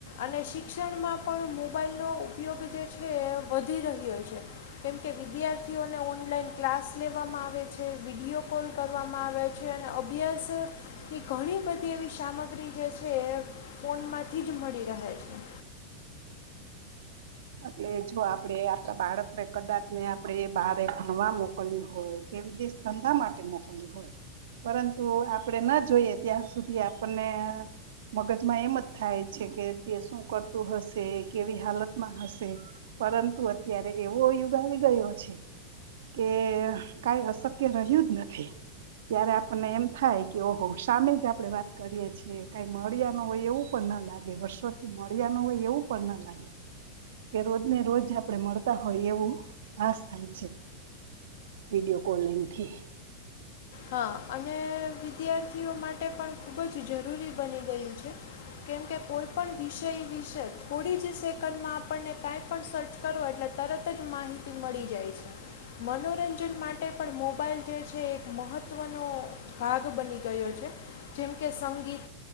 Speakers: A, on the left; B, on the right.
A: અને શિક્ષણમાં પણ મોબાઈલનો ઉપયોગ જે છે વધી રહ્યો છે કેમકે વિદ્યાર્થીઓને ઓનલાઈન ક્લાસ લેવામાં આવે છે વિડીયો કોલ કરવામાં આવે છે અને અભ્યાસની ઘણી બધી એવી સામગ્રી જે છે એ ફોનમાંથી જ મળી રહે છે.
B: હ એટલે જો આપડે આપડા બાળકને કદાચ ને આપડે એ બારે ભણવા મોકલ્યું હોય કેવી દેશ ધંધા માટે મોકલ્યું હોય પરંતુ આપડે ન જોઈએ ત્યાં સુધી આપણને મગજમાં એમ જ થાય છે કે તે શું કર હ કેવી હાલતમાં હશે પરંતુ અત્યારે એવો યુગ આવી ગયો છે કે કઈ અશક્ય રહ્યું જ નથી ત્યારે આપણને એમ થાય કે ઓહો સામે જ આપડે વાત કરીય છીએ કઈ મળ્યા ન હોય એવું પણ ના લાગે વર્ષોથી ત્યારનું હોય એવું પણ ના લાગે કે રોજને રોજ આપડે મળતા હોય એવું ભાશ થાય છે વિડીયો કોલિંગથી.
A: હા અને વિદ્યાર્થીઓ માટે પણ ખૂબ જ જરૂરી બની ગયું છે કેમ કે કોઈ પણ વિષય વિશે થોડી જ સેકન્ડમાં આપણને કાંઈ પણ સર્ચ કરો એટલે તરત જ માહિતી મળી જાય છે મનોરંજન માટે પણ મોબાઈલ જે છે એ મહત્ત્વનો ભાગ બની ગયો છે જેમ કે સંગીત,